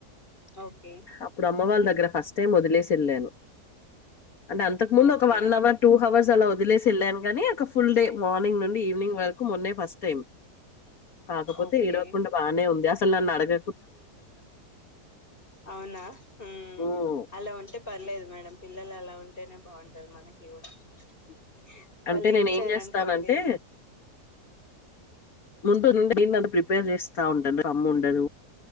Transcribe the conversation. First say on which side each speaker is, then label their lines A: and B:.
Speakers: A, on the left; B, on the left.
A: ఓకే
B: అప్పుడు అమ్మ వాళ్ళ దగ్గర ఫస్ట్ టైం వదిలేసి వెళ్ళాను. అంటే అంతకు ముందు
A: okay
B: ఒక one hour two hours అలా వదిలేసి వెళ్ళాను. కాని ఒక ఫుల్ డే మార్నింగ్ నుండి ఈవినింగ్ వరకు మొన్నే ఫస్ట్ టైమ్ కాకపోతే
A: ఓకే
B: ఏడవకుండా బానే ఉంది అ ఫసలలా నడగ
A: అవునా ఉ
B: హ్మ్
A: అలా ఉంటే పర్లేదు మేడం పిల్లలు అలా ఉంటేనే బావుం టది మనకి కూడా హ
B: అంటే
A: వాళ్ళు ఏడ్చారు
B: నేను ఏం చేస్తానంటే
A: అనుకోండి
B: ముందు నుండి దేన్ని అది ప్రిపేర్ చేస్తా ఉంటది అమ్మ ఉండదు.